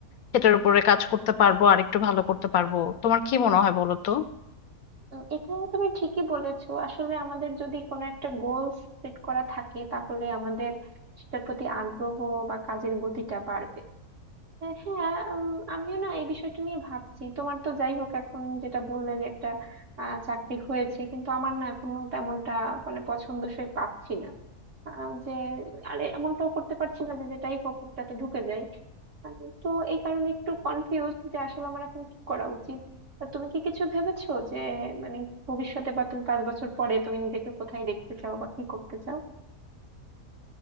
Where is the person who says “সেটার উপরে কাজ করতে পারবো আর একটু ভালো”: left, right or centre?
Left